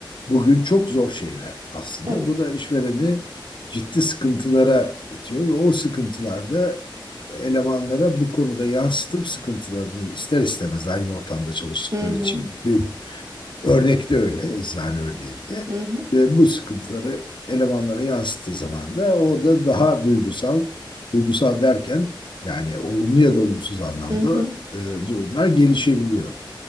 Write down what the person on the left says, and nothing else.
bugün çok zor şeyler aslında.
Bu da işvereni ciddi sıkıntılara itiyor ve o sıkıntılarda elemanlara bu konuda yansıtıp sıkıntılarını ister istemez aynı ortamda çalıştıkları
için büyük Örnekte öyle, eczane örneğinde.
E, bu sıkıntıları elemanlara yansıttığı zaman da orada daha duygusal, duygusal derken yani olumlu ya da olumsuz anlamda
e, durumlar gelişebiliyor.